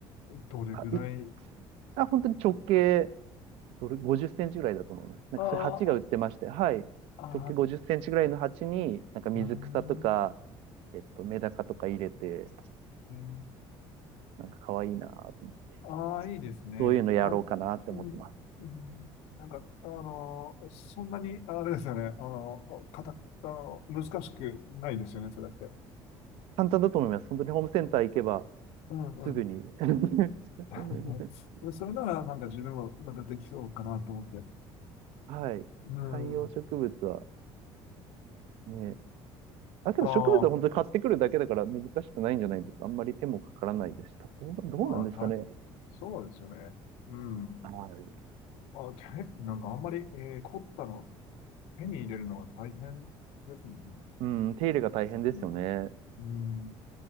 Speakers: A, on the left; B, on the right.
A: どれぐらい
B: あ、い、あ、本当に直径、どれ、50センチぐらいだと思います。なんかそういう鉢が売ってまして、
A: ああ、
B: はい。
A: あ
B: 直径50センチぐらいの鉢に、なんか水草とか、
A: あー
B: えっと、メダカとか入れて、
A: うん、
B: なんか可愛いなと思って、
A: ああ、いいですね。
B: そういうのやろうかなって思ってます。
A: あ、うん、うん、なんか、あのーそんなに、あれですよね。あの、かた、あの、難しくないですよね、それって。
B: 簡単だと思います。本当にホームセンター行けば、
A: うんうん。
B: すぐに。<laughs>
A: <laughs> でそれなら、なんか自分も、なんかできそうかなと思って。
B: はい。
A: うん。
B: 観葉植物はね、あ、けど植物は本当に買ってくるだけだから難しくないんじゃないですか。
A: ああ、
B: あんまり手もかからないですした。どう、どうなんですかね。
A: まあ、た、そうですよね。うん。
B: はい。
A: まあ、手、なんかあんまり、えー凝ったの、手に入れるのが大変ですもんね。
B: うん、手入れが大変ですよね。
A: うん。うん